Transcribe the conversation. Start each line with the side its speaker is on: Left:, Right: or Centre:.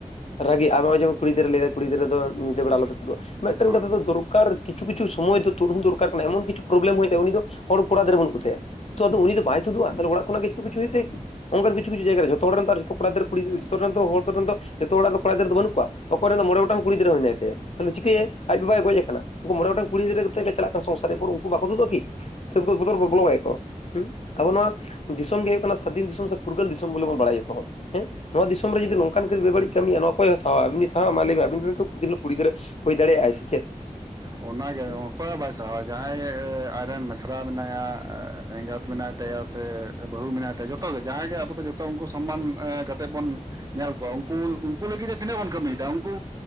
Left: ᱨᱟᱜᱤ <unintelligible> ᱠᱩᱲᱤ ᱜᱤᱫᱽᱨᱟᱹ ᱞᱟᱹᱭ ᱫᱟᱭ ᱠᱩᱲᱤ ᱜᱤᱫᱽᱨᱟᱹ ᱧᱤᱫᱟᱹ ᱵᱮᱲᱟ ᱟᱞᱚᱯᱮ ᱛᱩᱫᱩᱜ ᱟ ᱟᱫᱚ
Right: ᱦᱚᱸ
Left: ᱢᱤᱫᱴᱟᱜ <unintelligible> ᱫᱚᱨᱟᱨ ᱠᱤᱪᱷᱩ ᱠᱤᱪᱷᱩ ᱥᱚᱭᱚᱭ ᱛᱚ ᱛᱩᱫᱦᱚᱸ ᱫᱚᱨᱠᱟᱨ ᱠᱟᱱᱟ ᱮᱢᱚᱱ ᱠᱤᱪᱷᱩ ᱯᱨᱚᱵᱞᱮᱢ ᱦᱩᱭᱩᱜ ᱛᱟᱭᱟ ᱩᱱᱤ ᱫᱚ ᱦᱚᱲ ᱠᱚᱲᱟ ᱜᱤᱫᱽᱨᱟᱹ ᱵᱟᱹᱱᱩᱜ ᱠᱚ ᱛᱟᱭᱟ ᱛᱚ ᱩᱱᱤ ᱫᱚ ᱵᱟᱭ ᱛᱩᱫᱩᱜᱼᱟ ᱛᱟᱦᱚᱞ ᱚᱲᱟᱜ ᱠᱷᱚᱱᱟᱜ ᱜᱮ ᱡᱷᱚᱛᱚ ᱠᱤᱪᱷᱩ ᱦᱩᱭᱩᱜ ᱛᱟᱭᱟ ᱚᱱᱠᱟᱱ ᱠᱤᱪᱷᱩ ᱠᱤᱪᱷᱩ ᱡᱟᱭᱜᱟ ᱡᱷᱚᱛᱚ ᱦᱚᱲ ᱨᱮᱱ ᱫᱚ ᱠᱚᱲᱟ ᱜᱤᱫᱟᱹᱨ ᱠᱩᱲᱤ ᱡᱚᱛᱚ ᱨᱮᱱ ᱫᱚ ᱦᱚᱲ ᱫᱚ ᱨᱮᱱ ᱫᱚ ᱡᱚᱛᱚ ᱦᱚᱲᱟᱜ ᱠᱚᱲᱟ ᱜᱤᱫᱽᱨᱟᱹ ᱫᱚ ᱵᱟᱹᱱᱩᱜ ᱠᱚ ᱚᱠᱚᱭ ᱨᱮᱱ ᱫᱚ ᱢᱚᱬᱮ ᱜᱚᱴᱟᱝ ᱠᱩᱲᱤ ᱜᱤᱫᱽᱨᱟᱹ ᱦᱮᱱᱟᱭ ᱛᱟᱭᱟ ᱛᱚ ᱩᱱᱤ ᱪᱤᱠᱟᱹᱭᱟ ᱟᱡ ᱵᱟᱵᱟᱭ ᱜᱚᱡ ᱟᱠᱟᱱᱟ ᱩᱱᱠᱩ ᱢᱚᱬᱮ ᱜᱚᱴᱟᱝ ᱠᱩᱲᱤ ᱜᱤᱫᱽᱨᱟᱹ ᱠᱟᱛᱮ ᱜᱮ ᱪᱟᱞᱟᱜ ᱠᱟᱱᱟ ᱥᱚᱝᱥᱟᱨᱤ ᱯᱚᱨ ᱩᱱᱠᱩ ᱵᱟᱠᱚ ᱛᱩᱫᱩᱜᱼᱟ ᱠᱤ ᱥᱮ ᱩᱱᱠᱩ ᱵᱚᱛᱚᱨ ᱵᱚᱞᱚᱣᱟᱭᱮᱫ ᱠᱚ ᱦᱩᱸ ᱟᱵᱚ ᱱᱚᱣᱟ ᱫᱤᱥᱚᱢ ᱜᱮ ᱦᱩᱭᱩᱜ ᱠᱟᱱᱟ ᱥᱟᱹᱫᱷᱤᱱ ᱫᱤᱥᱚᱢ ᱥᱮ ᱯᱷᱩᱨᱜᱟᱹᱞ ᱫᱤᱥᱚᱢ ᱵᱚᱞ ᱵᱚᱱ ᱵᱟᱲᱟᱭ ᱡᱚᱛᱚ ᱦᱚᱲ ᱦᱮᱸ ᱱᱚᱣᱟ ᱫᱤᱥᱚᱢ ᱨᱮ ᱡᱩᱫᱤ ᱱᱚᱝᱠᱟᱱ ᱵᱮ ᱵᱟᱹᱲᱤᱡ ᱠᱟᱹᱢᱤᱭᱟ ᱱᱚᱣᱟ ᱚᱠᱚᱭᱼᱮ ᱥᱟᱦᱟᱣ ᱟᱵᱤᱱ ᱵᱤᱱ ᱥᱟᱦᱟᱣᱟ ᱢᱟ ᱞᱟᱹᱭ ᱢᱮ ᱟᱵᱤᱱ ᱨᱤᱱ ᱛᱚ ᱢᱤᱫᱤᱱ ᱦᱤᱞᱚᱜ ᱠᱩᱲᱤ ᱜᱤᱫᱽᱨᱟᱹ ᱦᱩᱭ ᱫᱟᱲᱮᱭᱟᱜᱼᱟᱭ ᱥᱮ ᱪᱮᱫ
Right: ᱚᱱᱟᱜᱮ
Left: ᱦᱩᱸ
Right: ᱚᱠᱚᱭ ᱵᱟᱭ ᱥᱟᱦᱟᱣᱟ ᱡᱟᱦᱟᱸᱭ ᱟᱡᱨᱮᱱ ᱢᱤᱥᱨᱟ ᱢᱮᱱᱟᱭᱟ ᱮᱸᱜᱟᱛ ᱢᱮᱱᱟᱭ ᱛᱟᱭᱟ
Left: ᱦᱩᱸ
Right: ᱥᱮ ᱵᱟᱹᱦᱩ ᱢᱮᱱᱟᱭ ᱛᱟᱭᱟ ᱡᱚᱛᱚ ᱜᱮ ᱡᱟᱦᱟᱸᱜᱮ ᱟᱵᱚ ᱫᱚ ᱡᱚᱛᱚ ᱩᱱᱠᱩ ᱥᱚᱢᱢᱟᱱ ᱠᱟᱛᱮᱜ ᱵᱚᱱ ᱧᱮᱞ ᱠᱚᱣᱟ ᱩᱱᱠᱩ ᱩᱱᱠᱩ ᱞᱟᱹᱜᱤᱫ ᱛᱤᱱᱟᱹᱜ ᱵᱚᱱ ᱠᱟᱹᱢᱤᱭᱮᱫᱟ ᱩᱱᱠᱩ